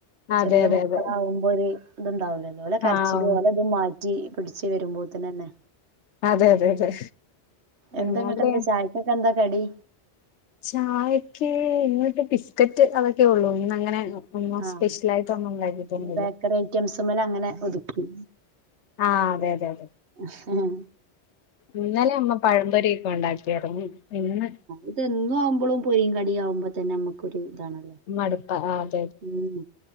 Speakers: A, on the left (about 85°); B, on the right (about 75°).
A: അതെ
B: ചെറിയ
A: അതെ
B: മക്കളാവകുമ്പോ
A: അതെ
B: ഒരു ഇത്ണ്ടാവൂലല്ലേ ഓലെ കരച്ചില
A: ആഹ്
B: ഓലെ ഇതും മാറ്റു മാറ്റി പിടിച്ച് വരുമ്പോത്തിനന്നെ
A: അതെ അതെ അതെ ഉം
B: എന്താ ഇങ്ങട്ട്
A: അവിടെയോ?
B: എന്താ ചായക്കക്കെ എന്താ കടി?
A: ചായക്ക് ഇന്നൊട്ട് ബിസ്ക്കറ്റ് അതൊക്കെ ഒള്ളൂ ഇന്ന് അങ്ങനെ അങ്ങ് ഒന്നും
B: ആഹ്
A: സ്പെഷ്യലായിട്ട് ഒന്നും ഇണ്ടാകിട്ട്
B: ഇന്ന്
A: ഒന്നുല്ല
B: ബേക്കറി ഐറ്റംസ്മ്മല് അങ്ങനെ ഒതുക്കി
A: ആഹ് അതെ അതെ അതെ
B: ആഹ
A: ഇന്നലെ അമ്മ പഴംപൊരിയൊക്കെ ഒണ്ടാക്കിയായിരുന്നു ഇന്ന്
B: ഇത് എന്നും ആവുമ്പളും പൊരിം, കടിയാവുമ്പോ തന്നെ അമ്മക്കൊരു ഇതാണല്ലോ?
A: മടുപ്പാ ആഹ് ആഹാ
B: ഉം